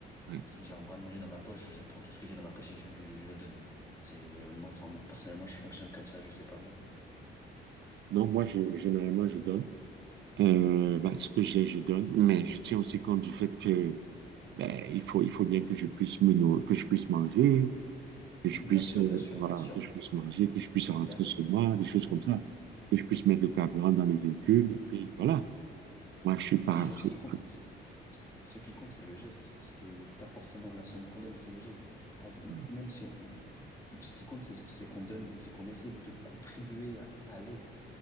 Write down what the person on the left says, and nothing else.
Si j'ai un brin de monnaie dans ma poche, je prends tout ce que j'ai dans ma poche et je lui, je le donne. C'est, euh, moi, enfin, personnellement, je fonctionne comme ça, je sais pas vous.
Oui,
bien sûr,
bien sûr,
bien sûr,
évidemment.
Bien sûr,
ce qui
compte, ce ce- ce qui compte, c'est le geste. C'est pas forcément la somme qu'on donne, c'est le geste. Av-
Même si on, ce qui compte, c'est c'est qu'on donne, c'est qu'on essaie de contribuer à, à l'aide.